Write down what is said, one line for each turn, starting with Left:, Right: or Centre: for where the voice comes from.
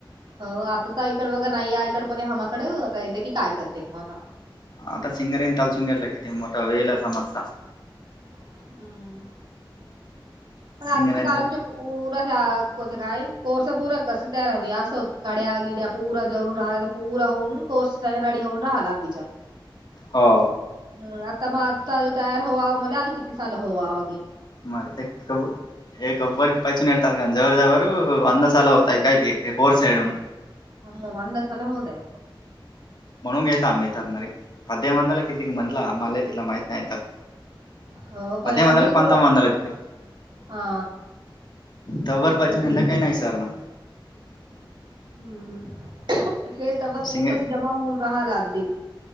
Right: हो आता तर आईकड बघा नाहीे आईकड पण हमाकड आता येते की काय करते मता
Left: आता सिंगर येन तल चंग्यायला किती मोठा वेळेला समजता
Right: हम्म पण आधीच्या
Left: सिंगराचे
Right: काल आमच्या पुूरा त्या कोत काय कोर्स पूरा कस तयार होते असं हो काड्या गिड्या प पुरा जरून राहत पूरा होन कोर्स रडी होउन रडी राहला तीचा
Left: हो
Right: हम्म आत् म आत् अ तयाार होववा आ मल अ किती साल होववा आलीगे
Left: मारत्या कवं एक वर्क की पैचून यतात का जव जवळ वंदा साला होतय काय की एक वर साईडून
Right: अ् वंद सल होऊ दे
Left: म्हणून घयेतताात आमत मरी पदम वंद ल कितीकी म्हंला मला तिला माती नाही यतात
Right: हो पण
Left: पध्यम
Right: आम्ही
Left: व
Right: सुग
Left: पंतोम वंदते
Right: हा
Left: तवर
Right: असेल.
Left: पाजून ह्याला काही नाही सर ना
Right: हम्म हेेस त
Left: सिंगे
Right: पूरतशी जमा होऊन रहाला लागते